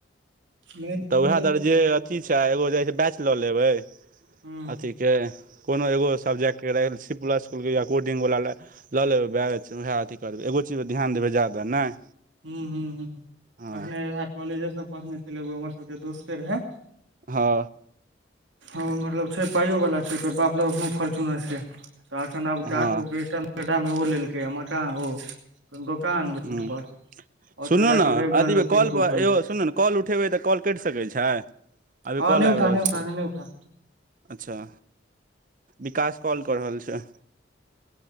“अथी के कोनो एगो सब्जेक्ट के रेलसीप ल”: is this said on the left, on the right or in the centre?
Right